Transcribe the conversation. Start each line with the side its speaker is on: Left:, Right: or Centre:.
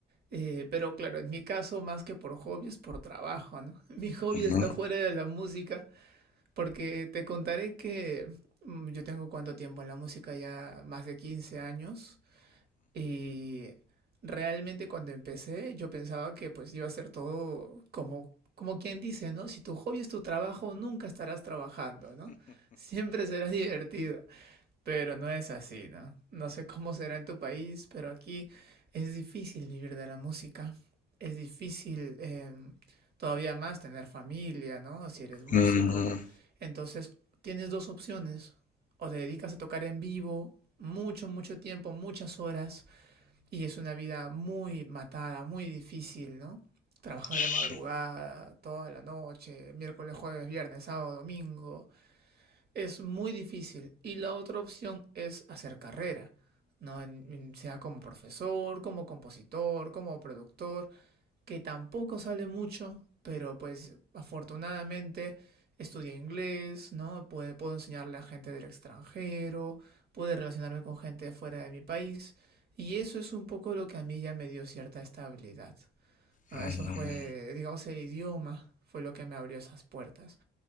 Right: eh, pero claro, en mi caso más que por hobby es por trabajo, ¿no? <laughs> Mi hobby está
Left: Mm,
Right: fuera de la música Porque te contaré que mm, yo tengo cuánto tiempo en la música, ya más de 15 años, y realmente cuando empecé yo pensaba que pues iba a ser todo como, como quien dice, ¿no? Si tu hobby es tu trabajo, nunca estarás trabajando, ¿no? Siempre será <laughs> divertido. Pero no es así, ¿no? No sé cómo será en tu país, pero aquí es difícil vivir de la música. Es difícil em, todavía más tener familia, ¿no? Si eres músico.
Left: mm,
Right: Entonces, tienes dos opciones. O te dedicas a tocar en vivo mucho, mucho tiempo, muchas horas, y es una vida muy matada, muy difícil, ¿no? Trabajar
Left: sí,
Right: de madrugada, toda la noche, miércoles, jueves, viernes, sábado, domingo es muy difícil. Y la otra opción es hacer carrera, ¿no? En- en- sea como profesor, como compositor, como productor, que tampoco sale mucho, pero pues afortunadamente estudié inglés, ¿no? Puedo, puedo enseñarle a gente del extranjero, puedo relacionarme con gente de fuera de mi país. Y eso es un poco lo que a mí ya me dio cierta estabilidad. ¿no?
Left: mm,
Right: Eso fue, digamos, el idioma fue lo que me abrió esas puertas.